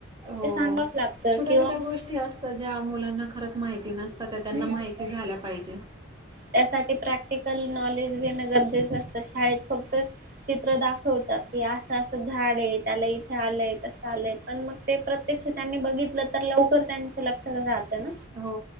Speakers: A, on the right; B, on the right.
A: हो
B: ते सांगावं लागतं
A: छोट्या
B: किंवा
A: छोट्या
B: मग
A: गोष्टी असतात ज्या मुलांना खरंच माहिती नसतात त्या त्यांना
B: हम्म
A: माहिती झाल्या पाहिजे ते
B: त्यासाठी प्रॅक्टिकल नॉलेज देण गरजेचं असतं. शाळेत फक्त चित्र दाखव त की आसं आसं झाड आहे. त्याला इथं आलंय, तसं आलंय पण, मग ते प्रत्यक्ष त्यांनी बघितलं तर लवकर त्यांच लक्षात राहतं न.
A: हो